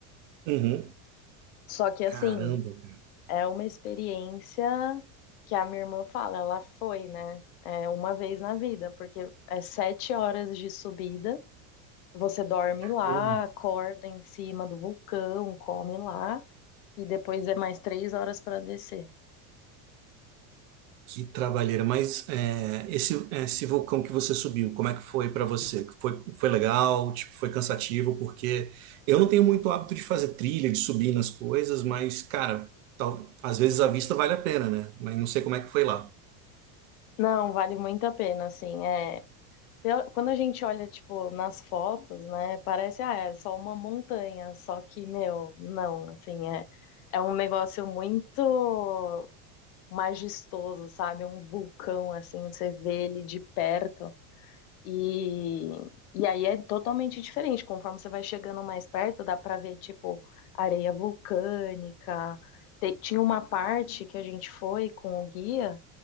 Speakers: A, on the right; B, on the left.
A: uhum.
B: Só que assim,
A: Caramba, cara.
B: é uma experiência que a minha irmã fala, ela foi, né? É uma vez na vida, porque é sete horas de subida, você dorme lá,
A: Caramba.
B: acorda em cima do vulcão, come lá, e depois é mais três horas para descer.
A: Que trabalheira, mas é, esse, esse vulcão que você subiu, como é que foi para você? Foi, foi legal? Tipo, foi cansativo? Porque eu não tenho muito hábito de fazer trilha, de subir nas coisas, mas, cara, tal, às vezes a vista vale a pena, né? Mas não sei como é que foi lá.
B: Não, vale muito a pena, assim, é, Pela- Quando a gente olha, tipo, nas fotos, né, parece, ah, é só uma montanha, só que, meu, não, assim, é, é um negócio muito majestoso, sabe? É Um vulcão, assim, você vê ele de perto, e, e aí é totalmente diferente. Conforme você vai chegando mais perto, dá pra ver, tipo, areia vulcânica. Te- tinha uma parte que a gente foi com o guia